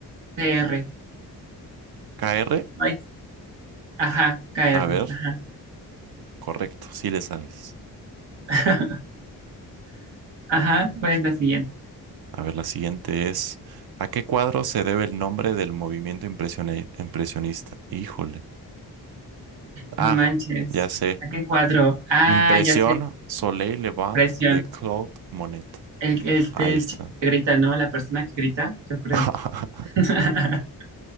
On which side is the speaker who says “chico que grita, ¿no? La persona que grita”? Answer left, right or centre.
Right